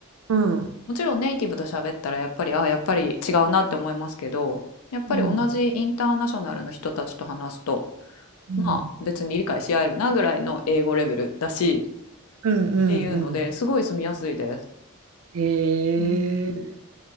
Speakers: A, on the right (about 80°); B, on the left (about 85°).
A: うん。
B: もちろんネイティブと喋ったらやっぱりああやっぱり違うなって思いますけどやっぱり同じインターナショナルの人たちと話すと
A: うん。うん。
B: まあ別に理解し合えるなぐらいの英語レベルだし
A: うんう
B: っていうのですごい住みやすいです。
A: んうん。へえ。
B: うん